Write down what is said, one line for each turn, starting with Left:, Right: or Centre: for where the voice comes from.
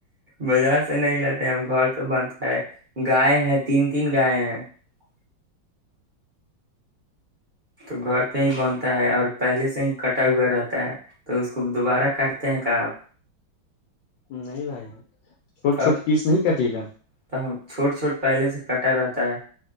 Right: بازار سے نہیں لیتے ہم گ بنتا ہے گائے ہیں تین تین گائے ہیں <unintelligible> تو گھر پہ ہی بنتا ہے اور پہلے سے ہی کٹا ہوا رہتا ہے تو اس کو دوبارہ کاٹتے ہیں کہ آپ
Left: نہیں بھائی چھوٹ
Right: تب
Left: چھوٹ پیس نہیں کٹے گا
Right: تو ہم چھوٹ چھوٹ پہلے سے کٹا رہتا ہے